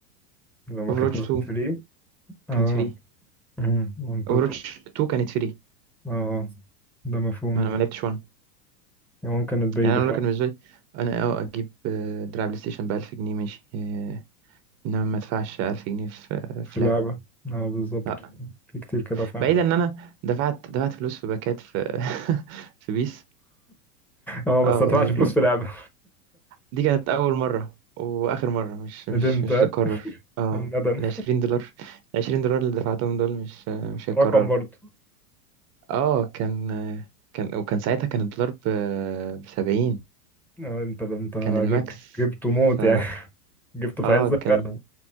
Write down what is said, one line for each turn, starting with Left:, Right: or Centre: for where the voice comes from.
Centre: لما
Right: اوفروتش
Centre: كانت نزلت
Right: 2
Centre: فري اه
Right: كانت فري
Centre: أمم، منطقي
Right: اوفروتش 2 كانت فري
Centre: اه ده مفهوم
Right: ما انا ما لعبتش 1
Centre: يعني ممكن تبيد
Right: يعني انا
Centre: فعلا
Right: لو كان بالنسبه لي انا اه اجيب آه، دراع بلاي ستيشن ب 1000 جنيه ماشي آه، انما ما ادفعش 1000 جنيه في
Centre: في
Right: في
Centre: اللعبه
Right: لعب
Centre: اه بالظبط
Right: لا
Centre: في كتير كده فعلا
Right: بعيدا ان انا دفعت دفعت فلوس في باكات في <laughs> في بيس
Centre: اه بس
Right: اه
Centre: ما ادفعش
Right: يعني
Centre: فلوس في لعبه
Right: دي كانت اول مره واخر مره
Centre: <laughs>
Right: مش
Centre: ندمت
Right: مش مش
Centre: آه.
Right: هتتكرر اه
Centre: الندم
Right: ال 20 دولار 20 دولار اللي دفعتهم دول مش مش هيتكرروا
Centre: رقم برضه
Right: اه كان كان وكان ساعتها كان الدولار ب 70
Centre: آه انت ده انت
Right: كان الماكس
Centre: جبته جبته موت
Right: ف
Centre: يعني <laughs> جبته في
Right: اه
Centre: عز الغلا
Right: كان